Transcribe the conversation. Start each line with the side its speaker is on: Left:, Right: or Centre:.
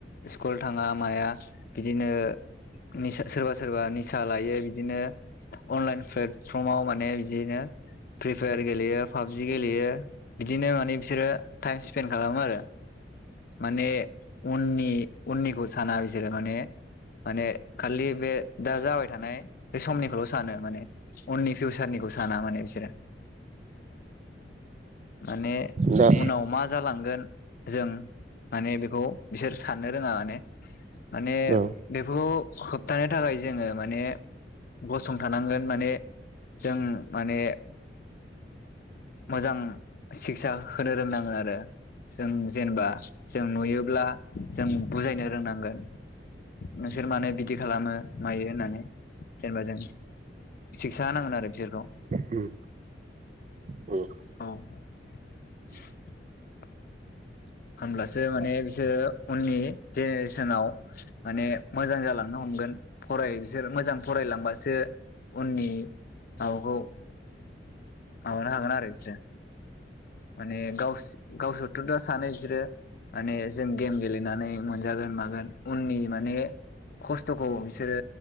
Left: स्कुल थाङा माया बिदिनो निसा सोरबा सोरबा निसा लायो बिदिनो आनलाइन फ्लेटप्रमाव माने माने बिदिनो फ्रि फायार गेलेयो पाबजि गेलेयो बिदिनो माने बिसोरो टाइम स्पेन्ड खालामो आरो। माने उननि उननिखौ साना बिसोरो माने माने खालि बे दा जाबाय थानाय बे समनिखौल सानो माने उननि फिउसारनिखौ साना माने बिसोरो। माने
Right: दा
Left: उनाव मा जालांगोन जों माने बेखौ बिसोर साननो रोङा माने माने
Right: औ
Left: बेफोरखौ होबथानो थाखाय जोङो माने गसंथानांगोन माने जों माने मोजां सिखसा होनो रोंनांगोन आरो। जों जेनबा जों नुयोब्ला जों बुजायनो रोंनांगोन नोंसोर मानो बिदि खालामो मायो होननानै जेनेबा जों सा होनांगोन आरो बिसोरखौ
Right: उम उम
Left: औ। <inaudible> होमब्लासो माने बिसोर उननि जेनेरेसनाव माने मोजां जालांनो हमगोन फराय बिसोर मोजां फरायलांबासो उननि माबाखौ माबानो हागोन आरो बिसोरो। माने गावस गावसोर थ सानै बिसोरो माने जों गेम गेलेनानै मोनजागोन मागोन उननि माने खस्थ'खौ बिसोरो